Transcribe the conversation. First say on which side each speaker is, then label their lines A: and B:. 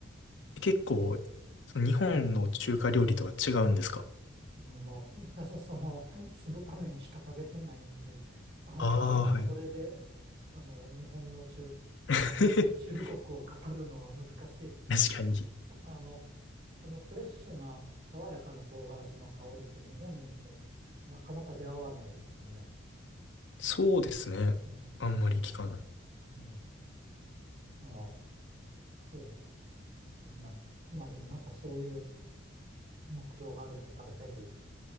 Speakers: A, on the left; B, on the right.
A: 結構、その日本の中華料理とは違うんですか
B: うんまあ、<laughs> その、酢豚麺しか食べてないので、あの、
A: ああー、
B: それで、
A: はい。
B: あの、日本の中、
A: <laughs>
B: 本対中国を語るのは難しいですけど、
A: 確かに。
B: 確かあの、あの、フレッシュな、爽やかな唐辛子の香りって日本ってなかなか出会わないですよね。
A: そうですね。
B: うん、
A: あんまり聞かない。
B: うん。あ、そう、ね。まあでもなんかそういう目標があるんだったら、ぜひ、